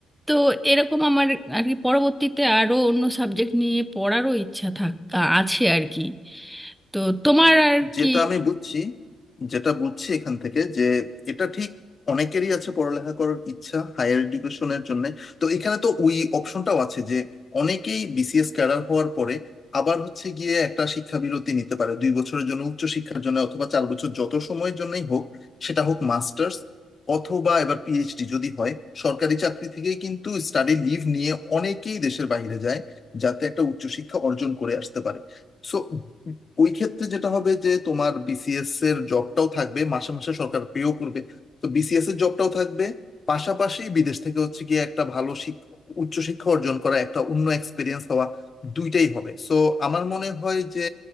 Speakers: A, in the centre; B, on the left.
A: তো এরকম আমার আর কি পরবর্তীতে আরো অন্য সাবজেক্ট নিয়ে পড়ারও ইচ্ছা থাক আছে আর কি তো তোমার আর
B: যেটা
A: কি
B: আমি বুঝছি যেটা বুঝছি এখান থেকে যে এটা ঠিক অনেকেরই আছে পড়ালেখা করার ইচ্ছা হায়ার এডুকেশনের জন্য তো এখানে তো ওই অপশনটাও আছে যে অনেকেই বিসিএস ক্যাডার হওয়ার পরে আবার হচ্ছে গিয়ে একটা শিক্ষা বিরতি নিতে পারে দুই বছরের জন্য উচ্চ শিক্ষার জন্য অথবা চার বছর যত সময়ের জন্যই হোক সেটা হোক মাস্টার্স অথবা এবার পিএইচডি যদি হয় সরকারি চাকরি থেকেই কিন্তু স্টাডি লিভ নিয়ে অনেকেই দেশের বাইরে যায় যাতে একটা উচ্চশিক্ষা অর্জন করে আসতে পারে সো ওই ক্ষেত্রে যেটা হবে যে তোমার বিসিএস এর জবটাও থাকবে মাসে মাসে সরকার পেও করবে তো বিসিএস এর জবটাও থাকবে পাশাপাশি বিদেশ থেকে হচ্ছে গিয়ে একটা ভালো শিক্ষা উচ্চশিক্ষা অর্জন করা একটা অন্য এক্সপিরিয়েন্স হওয়া দুইটাই হবে সো আমার মনে হয় যে